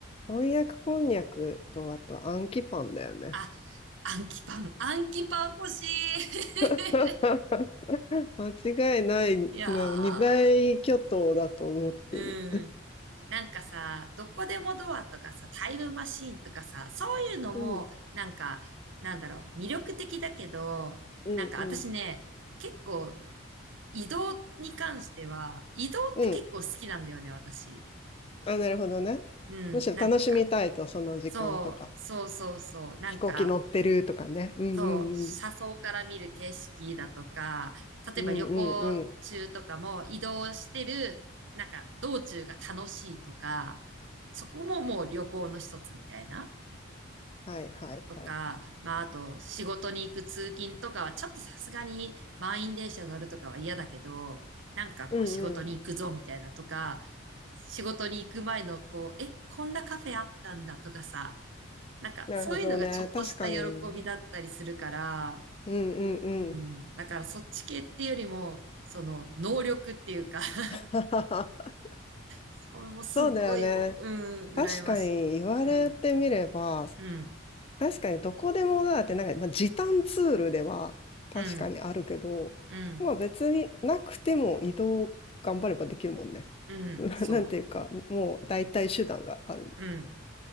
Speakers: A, on the left; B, on the right.
A: 翻訳こんにゃくと、あと、アンキパンだよね。
B: あ、暗記パン、暗記パン欲しい。<laughs>
A: <laughs> 間違いない、
B: いや
A: な二大巨頭だと思ってる。
B: ー。うん。なんかさ、どこでもドアとかさ、タイムマシーンとかさ、そういうのも、
A: うん、
B: なんか、なんだろう、魅力的だけど、
A: うん、
B: なんか私ね、
A: うん。
B: 結構移動に関しては、移動って結構好きなんだよね、
A: うん。
B: 私。
A: あ、なるほどね。
B: うん、
A: むしろ楽しみたいと、
B: なんか、
A: その時間とか。
B: そう、そうそうそう、なんか、
A: 飛行機乗ってるとかね。うん、うん、
B: そう、車窓から見る景色だとか、
A: うん。
B: 例えば旅行中とかも移動してる、
A: うん、うん、うん。
B: なんか道中が楽しいとか、そこももう旅行の一つみたいな。
A: はい、はい、
B: とか、
A: はい。
B: まああと仕事に行く通勤とかはちょっとさすがに満員電車乗るとかは嫌だけど、なんかこう仕事に行くぞみたいなとか、
A: うん、うん。
B: 仕事に行く前のこう、え、こんなカフェあったんだとかさ、なんかそういうのがちょっとした喜びだったりするから、
A: なるほどね。確かに。うん、うん、うん。
B: うん。だからそっち系っていうよりも、その、能力っていうか <laughs>
A: <laughs>
B: それもすっごいもう、
A: そうだよね。
B: うん、
A: 確かに言われてみれば、
B: 羨ましい。うん、うん、
A: 確かにどこでもだってなんか、まあ、時短ツールでは確かにあるけど、
B: うん、うん、
A: まあ別になくても移動頑張ればできるもんね。
B: うん、
A: <laughs> な、
B: そ
A: なんていうか、もう代替手段がある。
B: う、うん、